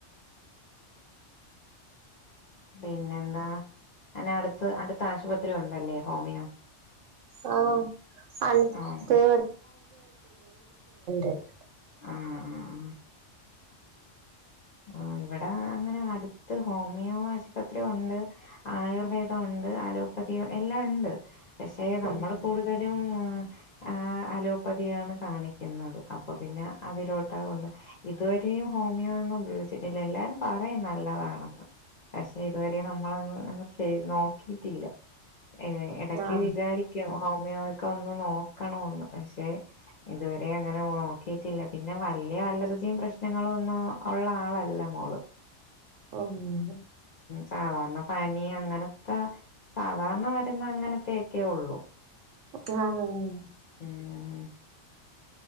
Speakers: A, on the left (about 55°); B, on the right (about 85°).
A: പിന്നെന്താ അനെ അടുത് അടുത്താശ്രുപത്രി ഉണ്ടല്ലേ ഹോമിയോ
B: സാ അടുത്ത്
A: ആഹ്
B: <unintelligible> <unintelligible>
A: ഉം ഉം ആ ഇവടെ അങ്ങനെ അടുത്ത് ഹോമിയോ ആശുപത്രിഒണ്ട് അയുർവേദൊണ്ട് അലോപതി എല്ലാ ഒണ്ട് പക്ഷേ നമ്മളു
B: ഉം
A: കുടുതലും ആ അലോപതിയാണ് കാണിക്കുന്നത് അപ്പോ പിന്നെ അതിലോട്ടാ കൊണ്ടോ ഇതു വരേ ഹോമിയോ ഒന്നു ഉപയോഗിച്ചിട്ടില്ല എല്ലാരും പറേം നല്ലതാണെന്ന് പക്ഷേ ഇതു വരെ നമ്മള് അത് അങ്ങ് ചെയ്ത് നോക്കിട്ടില്ല ഏ എടക്ക്
B: ആ
A: വിജാരിക്കും ഹോമിയോ ഇക്ക് ഒന്ന് നേകണോന്ന് പക്ഷേ ഇതുവരെ അങ്ങനെ നോക്കി റ്റില്ല പിന്നെ വല്ല്യ അലർജി പ്രശ്നങ്ങൾ ഒന്നു ഉള്ള ആൾ അല്ല മോള്
B: ഒന്ന്
A: സാധരണ പനി അങ്ങനത്തെ സാധരണ വരുന്ന അങ്ങനെത്തെ ഉള്ളു
B: <unintelligible>
A: മമ്